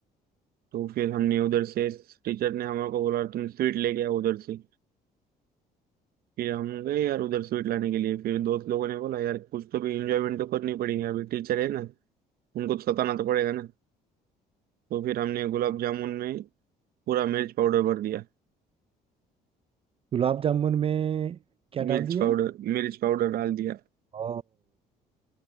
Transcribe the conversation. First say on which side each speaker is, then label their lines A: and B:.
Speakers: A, on the right; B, on the right.
A: तो फिर हमने उधर से टीचर ने हमारे को बोला तुम स्वीट लेके आओ उधर से फिर हम गए यार उधर स्वीट लाने के लिए फिर दोस्त लोगों ने बोला यार कुछ तो भी इंजॉयमेंट तो करनी पड़ेगी अभी टीचर है ना उनको तो सताना तो पड़ेगा ना तो फिर हमने गुलाब जामुन में पूरा मिर्च पाउडर भर दिया
B: गुलाब जामुन में क्या
A: मिर्च
B: डाल दिया
A: पाउडर मिर्च पाउडर डाल दिया
B: ओ